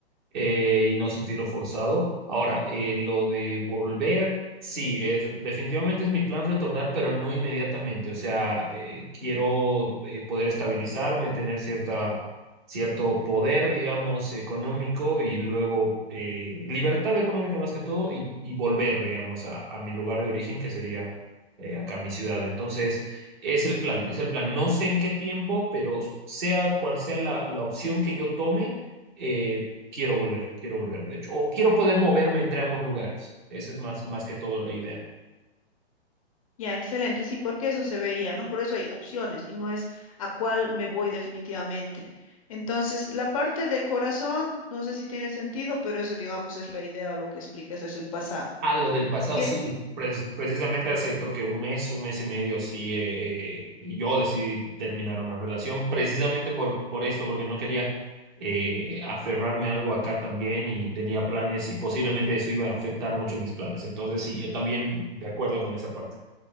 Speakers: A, on the right (about 45°); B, on the left (about 35°).
A: eh, y no sentirlo forzado. Ahora, eh, lo de volver, sí, es, definitivamente es mi plan retornar, pero no inmediatamente. O sea, eh, quiero eh, poder estabilizarme, tener cierta, cierto poder, digamos, económico y luego eh, libertad económica más que todo y, y volver, digamos, a, a mi lugar de origen, que sería... eh, acá mi ciudad. Entonces, es el plan, es el plan. No sé en qué tiempo, pero sea cual sea la, la opción que yo tome, eh, quiero volver, quiero volver, de hecho, o quiero poder moverme entre ambos lugares. Esa es más, más que todo la idea.
B: Ya, excelente, sí, porque eso se veía, ¿no? Por eso hay opciones y no es a cuál me voy definitivamente. Entonces, la parte del corazón, no sé si tiene sentido, pero eso, digamos, es la idea o lo que explicas, es el pasado.
A: Ah, lo del pasado,
B: Que,
A: sí, pues precisamente hace creo que un mes, un mes y medio, sí, eh, eh, yo decidí terminar una relación, precisamente por, por esto, porque no quería eh, aferrarme a algo acá también y tenía planes y posiblemente eso iba a afectar mucho mis planes. Entonces, sí, eh, también de acuerdo con esa parte.